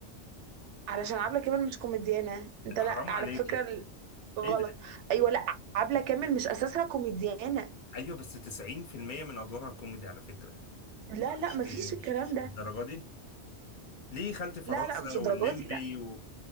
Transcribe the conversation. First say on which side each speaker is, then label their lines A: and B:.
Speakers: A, on the right; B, on the left.
A: علشان عبلة كامل مش كوميديانة انت
B: لا،
A: لا
B: حرام
A: على
B: عليكي
A: فكرة ال- غلط
B: ايه ده
A: ايوه لا عبلة كامل مش اساسها كوميديانة
B: ايوه بس 90% من ادوارها كوميدي على فكرة
A: لا لا
B: مش
A: مفيش
B: كي- مش
A: الكلام
B: مش
A: ده
B: للدرجة دي ليه خالتي فرنسا
A: لا لا مش الدرجات
B: والليمبي
A: دي
B: و...